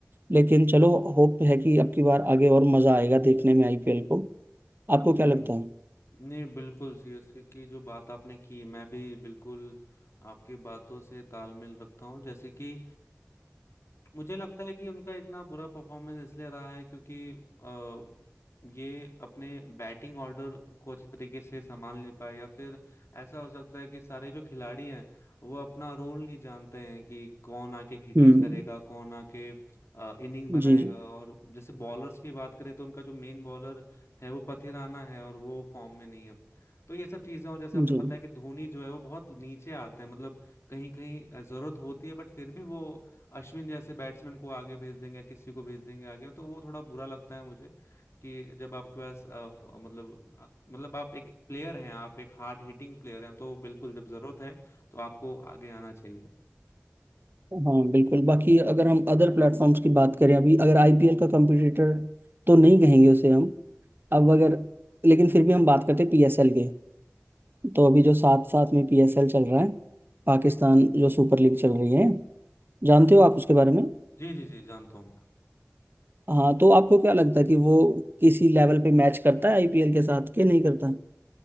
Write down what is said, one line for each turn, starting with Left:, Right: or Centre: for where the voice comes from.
Right: लेकिन चलो होप है कि अब की बार आगे और मजा आएगा देखने में आईपीएल को आपको क्या
Left: हम्म
Right: लगता है
Left: नहीं बिल्कुल सीएसके की जो बात आपने की मैं भी बिल्कुल आपकी बातों से तालमेल रखता हूँ जैसे कि मुझे लगता है कि उनका इतना बुरा परफॉर्मेंस इसलिए रहा है क्योंकि अ, ये अपने बैटिंग ऑर्डर को अच्छी तरीके से संभाल नहीं पाए या फिर ऐसा हो सकता है कि सारे जो खिलाड़ी हैं वो अपना रोल नहीं जानते हैं कि कौन आके हिटिंग
Right: हम्म
Left: करेगा कौन आके इनिंग बनाएगा
Right: जी जी
Left: और जैसे बॉलर्स की बात करें तो उनका जो मेन बॉलर है वो पथिराना है और वो फॉर्म में नहीं है तो ये सब चीजें और जैसे आपने
Right: जी
Left: बताया कि धोनी जो है वो बहुत नीचे आते हैं मतलब कहीं कहीं जरूरत होती है बट फिर भी वो अश्विन जैसे बैट्समैन को आगे भेज देंगे या किसी को भेज देंगे आगे तो वो थोड़ा बुरा लगता है मुझे कि जब आपके पास अ, फ- मतलब आ- मतलब आप एक प्लेयर हैं आप एक हार्ड हिटिंग प्लेयर हैं तो बिल्कुल जब जरूरत है तो आपको आगे आना चाहिए
Right: हाँ बिल्कुल बाकी अगर हम अदर प्लेटफॉर्म्स की बात करें अभी अगर आईपीएल का कंपटीटर तो नहीं कहेंगे उसे हम अब अगर लेकिन फिर भी हम बात करते हैं पीएसएल के तो अभी जो साथ साथ में पीएसएल चल रहा है पाकिस्तान जो सुपर लीग चल रही है जानते हो आप उसके बारे में
Left: जी जी जी जानता हूँ मैं
Right: हाँ तो आपको क्या लगता है कि वो किसी लेवल पे मैच करता है आईपीएल के साथ कि नहीं करता